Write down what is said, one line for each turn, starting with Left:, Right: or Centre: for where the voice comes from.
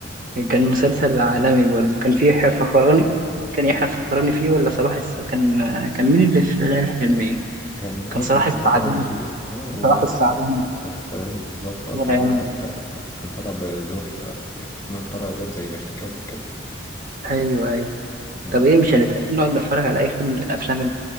Right: كان مسلسل عالمي برضه كان فيه يحيى الفخراني كان يحيى الفخراني فيه ولا صلاح الس... كان كان مين اللي في ليالي الحلميه
Left: كان اه
Right: كان صلاح
Left: كان يحيى
Right: السعداني
Left: فخراني فيه اه
Right: صلاح السعداني
Left: وصلاح السلام بالظبط اه
Right: الله
Left: كان
Right: يعينه.
Left: هو حتى كان طالع بدور آه، في طالع دور زي باش كاتب كده
Right: ايوه ايوه
Left: مم.
Right: طب ايه مش هنتقابل نقعد نتفرج على اي فيلم من الافلام